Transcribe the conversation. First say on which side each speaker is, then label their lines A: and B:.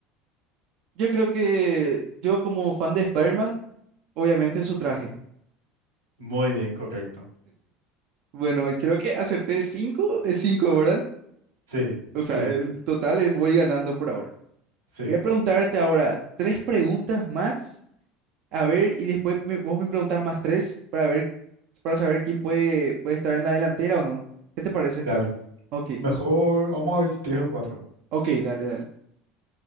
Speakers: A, on the right; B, on the right.
A: Yo creo que yo como fan de Spider-Man, obviamente su traje.
B: Muy bien, correcto.
A: Bueno, creo que acerté 5 de cinco, ¿verdad?
B: Sí,
A: O
B: sí,
A: sea, el total es voy ganando por ahora.
B: sí.
A: Voy a preguntarte ahora tres preguntas más, a ver, y después me- vos me preguntás más tres para ver, para saber quién puede, puede estar en la delantera o no. ¿Qué te parece?
B: Dale.
A: Ok.
B: Mejor, vamos a ver si tres o cuatro.
A: Ok, dale, dale.